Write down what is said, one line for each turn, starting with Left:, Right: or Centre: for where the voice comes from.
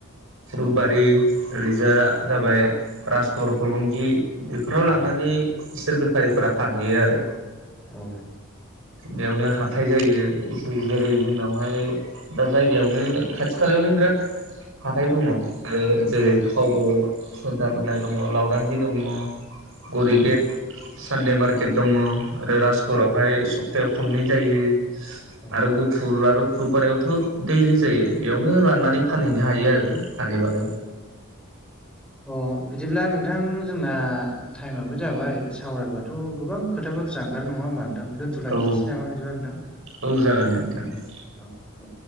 Right: सुरबारि
Centre: औ
Right: ओरैजा
Centre: औ
Right: जाबाय राजगर हलंगि बेफोराव लांनानै
Centre: औ
Right: बिसोर बेफारिफोरा फानहैयो आरो
Centre: औ
Right: बेयावनो
Centre: औ
Right: हाथाय जायो जेरै जोंनावहाय दा जायगायावनो खाथि खालायावनो बिराद हाथाय दङ जेरै
Centre: औ
Right: खावब' सेन्टार होननाय दङ लावदांगि दङ गरिगेट
Centre: औ
Right: सानदे मारकेट
Centre: औ
Right: दङ आरो राजासगरावहाय सप्थायाव खननै जायो
Centre: औ
Right: आरो ग फुर आरो फुरु बारायावथ' दैलि जायो बेयावनो लांनानै
Centre: औ
Right: फानहैनो हायो आरो फानहैबालाय
Centre: अ बिदिब्ला नोंथां जोंना टाइमआबो जाबाय सावरायबाथ' गोबां खोथा बाथ्रा ओंखारो नङा होमबा नोंथां दोन दोनथ लायनोसै
Right: औ
Centre: नामा बिदिबा नोंथां
Right: औ जागोन दे
Centre: औ
Right: नोंथां दे
Centre: औ दे